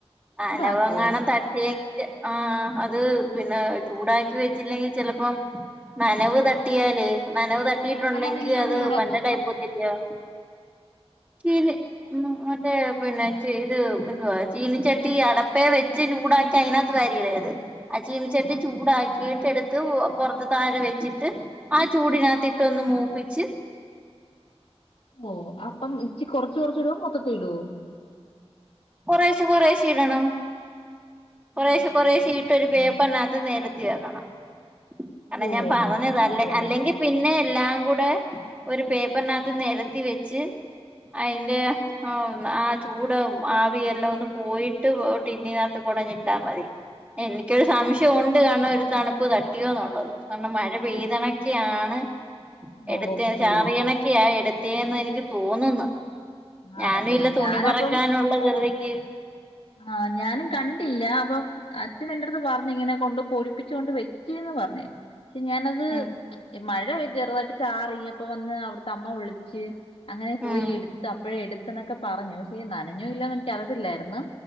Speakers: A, on the left (about 70°); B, on the right (about 15°).
A: ചൂടാക്കുവോ
B: നനവെങ്ങാനും തട്ടിയെങ്കിൽ ആഹ അത് പിന്നെ ചൂടാക്കി വെച്ചില്ലെങ്കി ചെിലപ്പം നനവ് തട്ടിയാല് നനവ് തട്ടിയിട്ടുണ്ടെങ്കി
A: അല്ല അതെങ്ങനെ
B: അത്
A: ചൂടാക്കും
B: പന്നലായിപ്പോതരിയാ
A: അപ്പം
B: ചീനി
A: അല്ല എങ്ങനെ
B: മറ്റേ പിന്നെ ചെയ്ത് എന്തുവാ ചീനിച്ചട്ടി അടപ്പേ വെച്ച് ചൂടാക്കി അതിനകത്ത് വരിടേത് ആ ചീന ചട്ടി ചൂടാക്കിയിട്ട എടുത്ത് പുറത്ത് താഴെ വെച്ചിട്ട് ആ ചൂടിനകതിട്ട് ഇട്ടൊന്ന് മൂപ്പിച്ച്
A: ഓ അപ്പം ഇച്ചി കൊറച്ച് കൊറച്ച് ഇടു മൊത്തത്തി ഇടോ
B: കുറേശെ കൊറേശ ഇടണം കൊറേശെ
A: ആണല്ലേ
B: കുറേശീട്ട ഒരു പേപ്പറിനകത്ത്
A: ആ
B: നേരത്തി <unintelligible> കാരണം
A: ഓ
B: ഞാൻ പറഞ്ഞതല്ലേ
A: അങ്ങനെ ഉണ്ടല്ലേ
B: അല്ലെങ്കിൽ പിന്നെ എല്ലാം കൂടെ ഒരു പേപ്പറിനകത്തു നിരത്തി വെച്ച് അയ്ന്റെ ഏഹ് ആ ചൂട് ആവിയെല്ലാം ഒന്ന് പോയിട്ട് ടിന്നിനകത്ത് കൂടങ് ഇട്ടാ മതി എനിക്കൊരു സംശയം ഉണ്ട് കാരണം ഒരു തണുപ്പ് തട്ടിയോ എന്നുള്ളത് കാരണം മഴ പെയ്തണക്കെയാണ്
A: ഓ
B: എടുത്തേ
A: ഓക്കെ
B: ചാറിയണക്ക ആ എടുത്തേന്ന് എനിക്ക് തോന്നുന്നു ഞാനും
A: ആണല്ലേ
B: ഇല്ല തുണി
A: ഞാനപ്പം
B: പറക്കാനുള്ള ധൃതിക്ക്‌
A: ആഹ് ഞാനും കണ്ടില്ല അപ്പൊ അച്ഛൻ എന്റെടുത്ത് പറഞ്ഞ ഇങ്ങനെ കൊണ്ട് പോടി <unintelligible> വെച്ചന്ന് പറ ഞ്ഞ് പക്ഷേ ഞാനത്
B: ഉം
A: ഈ മഴ ചെറുതായിട്ട് ചാറി അപ്പൊ വന്ന് അവിടുത്തെ അമ്മ വിളിച്ച് അങ്ങനെ പോയി
B: ഉം
A: എടുത്ത് അപ്പോഴെ എടുത്ത എന്നൊക്കെ പറഞ്ഞു പക്ഷെ നനഞ്ഞു ഇല്ലന്ന് എനിക്കറിയത്തില്ലായിരുന്നു